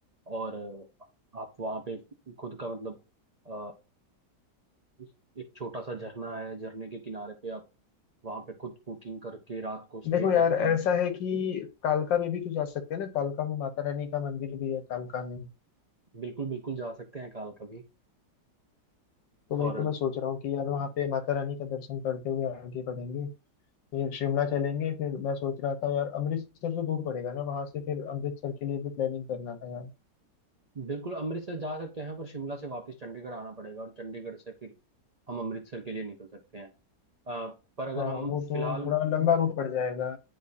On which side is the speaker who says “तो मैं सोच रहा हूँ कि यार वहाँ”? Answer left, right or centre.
Left